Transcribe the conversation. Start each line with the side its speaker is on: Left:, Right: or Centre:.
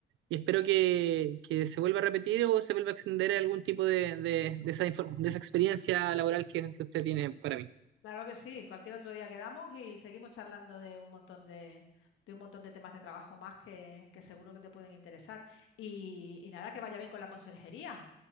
Right: espero que, que se vuelva a repetir o se vuelva a extender algún tipo de, de, de esa, infor- de esa experiencia laboral que, que usted tiene para mí.
Left: claro que sí, cualquier otro día quedamos y seguimos charlando de un montón de, de un montón de temas de trabajo más que, que seguro que te pueden interesar. Y, y nada, que vaya bien con la conserjería.